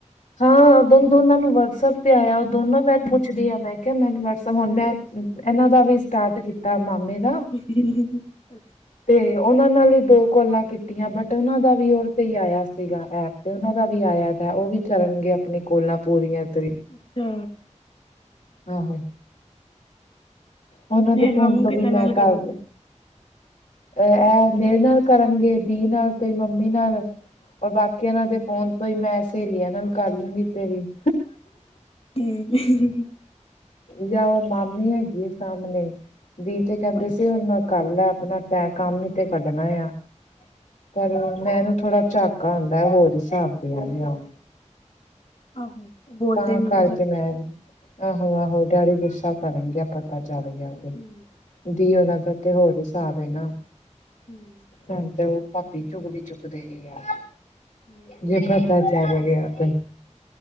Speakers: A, on the left (about 85°); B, on the left (about 55°).
A: ਹਾਂ ਓੱ ਦੋਨ ਦੋਨਾਂ ਨੂੰ ਵਟਸਐਪ
B: ਅੱਛਾ ਅੱਛਾ
A: ਤੇ ਆਇਆ
B: ਠੀਕ
A: ਦੋਨੋ ਮੈਠੋ ਪੁੱਛਦੀ ਮੈਂ ਕਿਹਾ ਮੈਨੂੰਸ ਹੁਣ ਮੈਂ ਇਹਨਾਂ ਦਾ ਵੀ ਸਟਾਰਟ ਕੀਤਾ ਮਾਮੇ ਦਾ <unintelligible>
B: <inaudible>
A: ਤੇ ਉਹਨਾਂ ਨਾਲ ਹੀ ਦੋ ਕੋਲਾਂ ਕੀਤੀਆਂ ਬਟ ਉਹਨਾਂ ਦਾ ਵੀ ਓਸ ਤੇ ਹੀ ਆਇਆ ਸੀਗਾ ਐਪ ਤੇ ਉਹਨਾਂ ਦਾ ਵੀ ਆਇਆਤ ਹੈ ਉਹ ਵੀ ਕਰਨਗੇ ਆਪਣੀ ਕੋਲਾਂ ਪੂਰੀਆਂ ਤਰੀ
B: ਅੱਛਾ
A: ਆਹੋ ਉਹਨਾਂ ਦੇ
B: ਹੈਰੀ
A: ਫੋਨ
B: ਮਾਮੂ
A: ਤੋਂ
B: ਕਿੰਨਾ
A: ਵੀ
B: ਨਾਲ
A: ਮੈਂ
B: ਕਰੂੰਗੇ
A: ਕਰ ਲ ਅ ਇਹ ਮੇਰੇ ਨਾਲ ਕਰਨਗੇ ਦੀ ਨਾਲ ਤੇ ਮੰਮੀ ਨਾਲ ਔਰ ਬਾਕੀ ਇਹਨਾਂ ਦੇ ਫੋਨ ਤੋਂ ਹੀ ਮੈਂ ਸੇਹਲੀਆ ਇਹਨਾਂ ਨੂੰ ਕਰ ਲਾਂਗੀ ਤੇਰੀ <inaudible>
B: ਹੂੰ <inaudible>
A: ਜਾਂ ਉਹ ਮਾਮੀ ਹੈਗੀ ਸਾਹਮਣੇ ਵੀ ਤੇ ਕਹਿੰਦੇ
B: ਅੱਛਾ
A: ਸੀ ਉਹ ਨਾਲ ਕਰ ਆਪਣਾ ਟੈ ਕੰਮ ਹੀ
B: ਹਾਂ
A: ਤੇ ਕੱਢਣਾ ਆ। ਪਰ ਮੈਨੂੰ ਥੋੜਾ ਝਾੱਕਾ ਆਉਂਦਾ ਹੋਰ ਹਿਸਾਬ ਦੀਆਂ ਉਹ
B: ਆਹੋ ਬੋਲਦੇ
A: ਤਾਂ
B: ਨੀ
A: ਕਰਕੇ
B: ਨਾ ਜ਼ਿਆਦਾ
A: ਮੈਂ ਆਹੋ -ਆਹੋ ਡੈਡੀ ਗੁੱਸਾ ਕਰਨ ਗਏ ਪਤਾ ਚੱਲ ਗਿਆ। ਤੇ
B: ਹੂੰ
A: ਦੀ ਉਹਨਾ ਦਾ ਤੇ ਹੋਰ ਹਿਸਾਬ ਹੈ ਨਾ
B: ਹੂੰ
A: ਹ ਤੇ ਉਹ ਭਾਬੀ ਚੁਗਲੀ ਚੁਕਦੇ ਗੀ ਆ
B: ਹਾਂ ਇਹ ਤਾਂ
A: ਜੇ
B: ਹੈ
A: ਪਤਾ ਚੱਲ ਗਿਆ ਤੇ